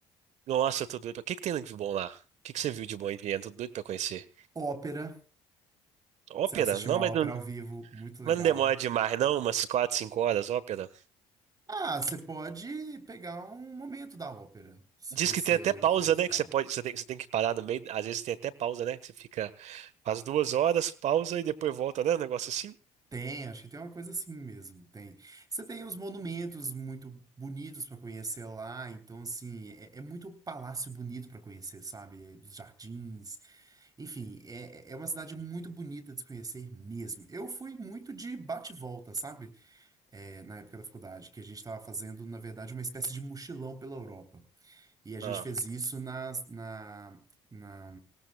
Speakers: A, on the right; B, on the right.
A: Nossa, eu tô doido. pra- O que que tem de bom lá? O que que você viu de bom em Viena? Tô doido pra conhecer.
B: Ópera.
A: Ópera?
B: Você assistir
A: Não,
B: uma
A: mas
B: ópera
A: não.
B: ao vivo, muito legal.
A: Mas não demora demais, não? Umas 4 5 horas, ópera.
B: Ah, você pode pegar um momento da ópera, se
A: Diz
B: você
A: que tem até pausa,
B: não quiser ficar
A: né? Que você pode, você tem, que- você tem que parar no meio. Às vezes tem até pausa, né? Que você fica faz duas horas, pausa e depois volta, né? Um negócio assim.
B: Tem, acho que tem uma coisa assim mesmo, tem. Você tem os monumentos muito bonitos para conhecer lá, então assim, é, é muito palácio bonito para conhecer, sabe? É, os jardins, enfim, é, é é uma cidade muito bonita de se conhecer mesmo. Eu fui muito de bate-volta, sabe? É, na época da faculdade, que a gente estava fazendo, na verdade, uma espécie de mochilão pela Europa. E a gente
A: Ah,
B: fez isso nas- na, na,